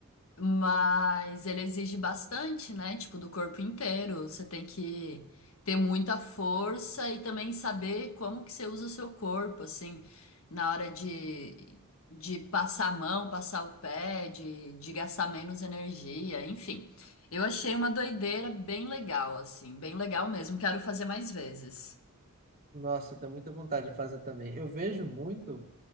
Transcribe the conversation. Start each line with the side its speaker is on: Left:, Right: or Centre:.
Left: Mas ele exige bastante, né? Tipo, do corpo inteiro. Você tem que ter muita força e também saber como que você usa o seu corpo, assim, na hora de, de passar a mão, passar o pé, de, de gastar menos energia, enfim. Eu achei uma doideira bem legal, assim, bem legal mesmo. Quero fazer mais vezes.
Right: Nossa, eu tenho muita vontade de fazer também. Eu vejo muito.